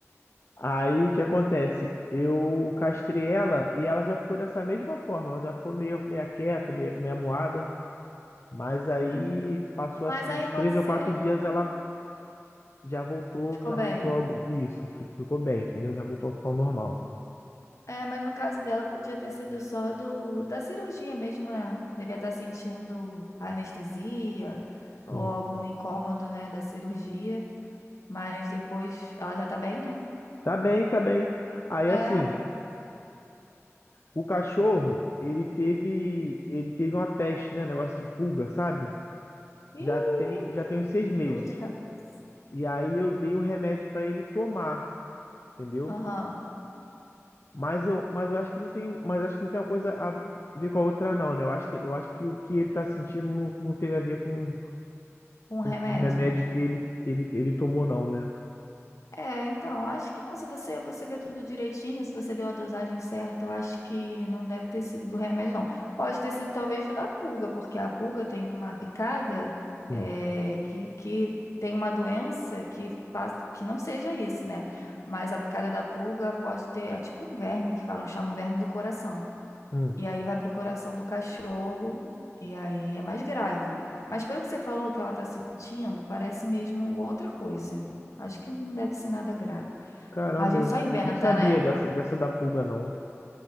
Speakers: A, on the left; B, on the left.
A: Aí o que acontece? Eu castrei ela e ela já ficou dessa mesma forma, ela já ficou meio meia quieta, meio, meia moada, mas aí passou
B: Mas
A: assim
B: aí
A: uns
B: pode
A: três
B: ser.
A: ou quatro dias ela já voltou,
B: Ficou
A: já
B: bem.
A: voltou ao isso, fi- ficou bem, entendeu? Já voltou a ficar ao normal.
B: É, mas no caso dela podia ter sido só do da cirurgia mesmo, né? Devia estar sentindo anestesia ou
A: Sim.
B: algum incômodo, né, da cirurgia. Mas depois ela já tá bem, né?
A: Tá bem, tá bem. Aí
B: É.
A: assim, o cachorro, ele teve ele teve uma peste, né, negócio de pulga, sabe?
B: Ih,
A: Já tem já
B: que
A: tem uns seis meses.
B: dor de cabeça.
A: E aí eu dei um remédio pra ele tomar, entendeu?
B: Aham.
A: Mas eu, mas eu acho que não tem, mas acho que não tem uma coisa a ver com a outra não, né? Eu acho que, eu acho que o que ele tá sentindo não, não teve a ver com
B: Com remédio.
A: o remédio que ele, ele, ele tomou não, né?
B: É, então, acho que não. Se você, você vê tudo direitinho, se você deu a dosagem certa, eu acho que não deve ter sido do remédio, não. Pode ter sido talvez da pulga, porque a pulga tem uma picada
A: Sim.
B: é, que, que tem uma doença que faz, que não seja isso, né? Mas a picada da pulga pode ter, é tipo um verme que falam, chamam verme do coração.
A: Hum.
B: E aí vai pro coração do cachorro, e aí é mais grave. Mas pelo que você falou que ela está sentindo, parece mesmo outra coisa. Acho que não deve ser nada grave.
A: Caramba,
B: A gente
A: eu
B: só inventa,
A: não sabia
B: né?
A: dessa, dessa da pulga não.